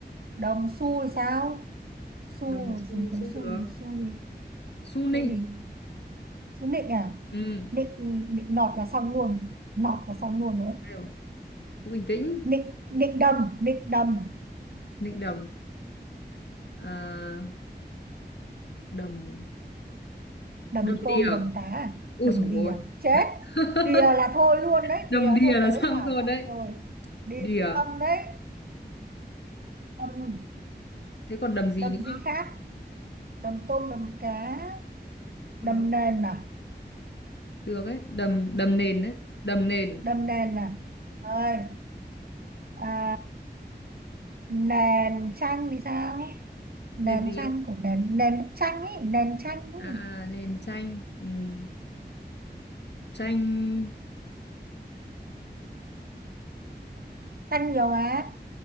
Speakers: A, on the right (about 60°); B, on the left (about 75°).
A: đồng xu thì sao xô
B: đồng xu
A: rồi xô
B: xu được
A: xô gì xô gì
B: xu nịnh
A: xô gì xô nịnh à
B: ừ
A: nịnh nịnh nọt là xong luôn nọt là xong luôn rồi đấy.
B: Ai dồi, cứ bình tĩnh
A: nịnh nịnh đầm nịnh đầm
B: nịnh đồng à, đồng
A: đầm
B: đầm
A: tôm
B: đìa
A: đầm cá à?
B: ui
A: đầm
B: dồi
A: đìa
B: ôi
A: chết
B: <laughs>
A: đìa là thôi luôn đấy
B: đầm
A: đìa
B: đìa
A: thôi
B: là
A: tới
B: xong
A: bảo
B: thôi
A: cọ
B: đấy
A: rồi đìa
B: đìa
A: xong đấy đầm
B: thế còn đầm gì
A: đầm
B: nữa
A: gì khác đầm tôm đầm cá
B: Ờ,
A: đầm nền à
B: được ấy đầm đầm nền đấy đầm nền
A: đầm nền à ơi à, nền chanh thì sao nền
B: nền gì
A: chanh
B: á
A: của nền nền bức chanh ấy nền chanh ấy
B: à, à nền tranh ừm, tranh
A: Tranh nhiều mà.